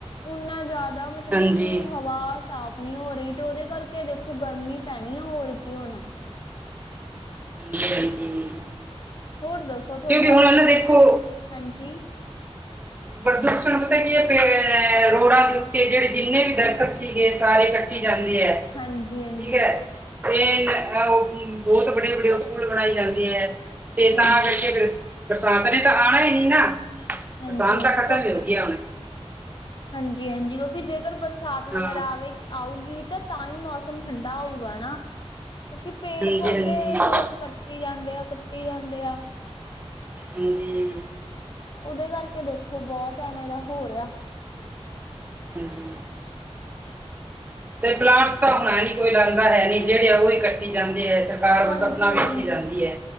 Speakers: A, on the left; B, on the right.
A: ਉਓਨਾ ਜ਼ਿਆਦਾ ਦਾ ਮਤਲਬ
B: ਹਾਂਜੀ
A: ਕਿ ਹਵਾ ਸਾਫ਼ ਨਹੀਂੀ ਹੋ ਰਹੀ ਤੇ ਉਹਦੇ ਕਰਕੇ ਦੇਖੋ ਦੇਖੋ ਗਰਮੀ ਪੈਣੀ ਆ ਹੋਰ ਕੀ ਹੋਣਾ
B: ਹਾਂਜੀ
A: ਹੋਰ ਦੱਸੋ ਤੁਹਾਡੇ
B: ਕਿਉਂਕਿ
A: ਆਲ
B: ਹੁਣ
A: ਪ੍ਰਦੂਸ਼ਣ
B: ਨਾ ਦੇਖੋ
A: ਹਾਂਜੀ
B: ਪ੍ਰਦੂਸ਼ਣ ਪਤਾ ਕੀ ਹੈ ਅ ਰੋਡਾਂ ਦੇ ਉੱਤੇ ਜਿਹੜੇ ਜਿੰਨੇ ਵੀ ਦਰਖਤ ਸੀਗੇ ਸਾਰੇ ਕੱਟੀ ਜਾਂਦੇ ਹੈ
A: ਹਾਂਜੀ ਹਾਂਜੀ
B: ਠੀਕ ਹੈ ਤੇ ਅਹ ਬਹੁਤ ਵੱਡੇ ਵੱਡੇ ਪੂਲ ਬਣਾਏ ਜਾਂਦੇ ਐ ਤੇ
A: ਹਾਂਜੀ
B: ਤਾਂ ਕਰਕੇ ਫਿਰ ਬਰਸਾਤ ਨੇ ਤਾਂ ਆਉਣਾ ਹੀ ਨ ਨਾ
A: ਹਾਂਜੀ
B: ਬਰਸਾਤ
A: ਹਾਂਜੀ
B: ਤਾਂ ਖਤਮ
A: ਕਿਉਂਕਿ
B: ਹੀ ਹੋ ਗਈ ਆ ਹੁਣ
A: ਹਾਂਜੀ ਹਾਂਜੀ ਕਿਉਂਕਿ ਜੇਕਰ ਬਰਸਾਤ
B: ਹਾਂ
A: ਵਗੈਰਾ ਆਵੇ ਆਊਗੀ ਤਾਂ ਤਾਂ ਹੀ ਮੌਸਮ ਠੰਡਾ ਹੋਊਗਾ ਹਨਾ ਕਿਉਂਕਿ ਪੇੜ
B: ਹਾਂਜੀ
A: ਪੌਦੇ
B: ਹਾਂਜੀ
A: ਲੋਕ ਕੱਟੀ ਜਾਂਦੇ ਆ ਕੱਟੀ ਜਾਂਦੇ ਆ
B: ਹਾਂਜੀ
A: ਉਹਦੇ ਕਰਕੇ ਦੇਖੋ ਬਹੁਤ ਐਵੇਂ ਦਾ ਹੋ ਰਿਹਾ
B: <unintelligible> ਤੇ ਪਲਾਂਟਸ ਤਾਂ ਹੁਣਾ ਨ ਕੋਈ ਲਾਦਾ ਹੈ ਨੀ ਜਿਹੜੇ ਆ ਉਹਹੀ ਕੱਟੀ ਜਾਂਦੇ ਹੈ ਸਰਕਾਰ
A: ਹਾਂਜੀ
B: ਬਸ ਆਪਣਾ ਵੇਖੀ
A: ਹਾਂਜੀ
B: ਜਾਂਦੀ ਹੈ